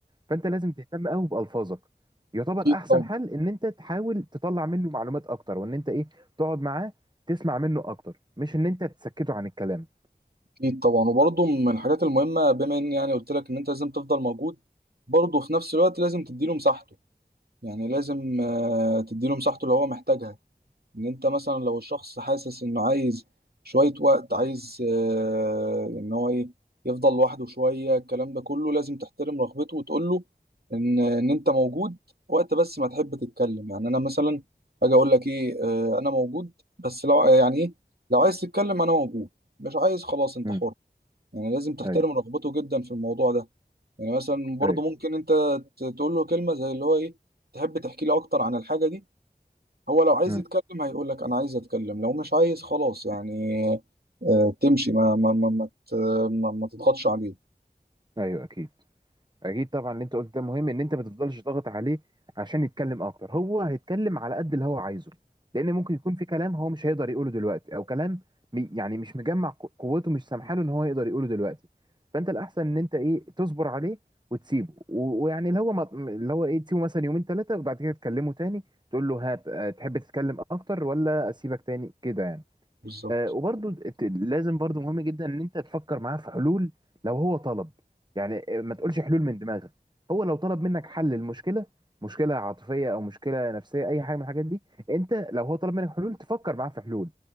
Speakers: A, on the right (about 25°); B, on the right (about 65°).
A: فانت لازم تهتم قوي بالفاظك يعتبر
B: اكيد
A: احسن
B: طبعا
A: حل ان انت تحاول تطلع منه معلومات اكتر وان انت ايه تقعد معاه تسمع منه اكتر مش ان انت تسكته عن الكلام
B: اكيد طبعا وبرضه من الحاجات المهمه بما اني يعني قلت لك ان انت لازم تفضل موجود برضه في نفس الوقت لازم تديله مساحته يعني لازم آه، تديله مساحته اللي هو محتاجها ان انت مثلا لو الشخص حاسس انه عايز شوية وقت عايز آه، ان هو ايه يفضل لوحده شوية الكلام ده كله لازم تحترم رغبته وتقول له ان ان انت موجود وقت بس ما تحب تتكلم يعني انا مثلا اجي اقول لك ايه آه، انا موجود بس لو يعني ايه لو عايز تتكلم انا موجود مش عايز خلاص انت
A: امم
B: حر يعني لازم تحترم
A: ايوه
B: رغبته جدا في الموضوع ده يعني مثلا برضه
A: ايوه
B: ممكن انت ت- تقول له كلمة زي اللي هو ايه تحب تحكي لي اكتر عن الحاجة دي هو لو عايز
A: امم
B: يتكلم هيقول لك انا عايز اتكلم لو مش عايز خلاص يعني آه، تمشي ما ما ما ما, ما, ما تضغطش عليه
A: ايوه اكيد اكيد طبعا اللي انت قلت ده مهم ان انت ما تفضلش ضاغط عليه عشان يتكلم اكتر هو هيتكلم على قد اللي هو عايزه لان ممكن يكون في كلام هو مش هيقدر يقوله دلوقتي او كلام مي- يعني مش مجمع قو- قوته مش سامحاله ان هو يقدر يقوله دلوقتي فانت الاحسن ان انت ايه تصبر عليه وتسيبه و- ويعني اللي هو ما- اللي هو ايه تسيبه مثلا يومين ثلاثه وبعد كده تكلمه تاني تقول له هات آه، تحب تتكلم اكتر ولا اسيبك تاني كده يعني
B: بالظبط
A: آه، وبرضو ت- لازم برضو مهم جدا ان انت تفكر معاه في حلول لو هو طلب يعني آه، ما تقولش حلول من دماغك هو لو طلب منك حل المشكله مشكله عاطفيه او مشكله نفسيه اي حاجه من الحاجات دي انت لو هو طلب منك حلول تفكر معاه في حلول